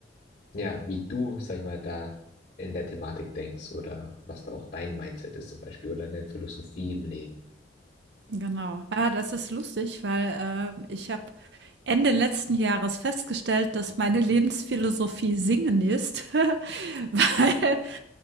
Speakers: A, on the left; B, on the right.
A: ja, wie du, sag ich mal, da in der Thematik denkst oder was da auch dein Mindset ist zum Beispiel oder deine Philosophie im Leben.
B: Genau. Ah, das ist lustig, weil ähm, ich habe Ende letzten Jahres festgestellt, dass meine Lebensphilosophie Singen ist, <laughs> weil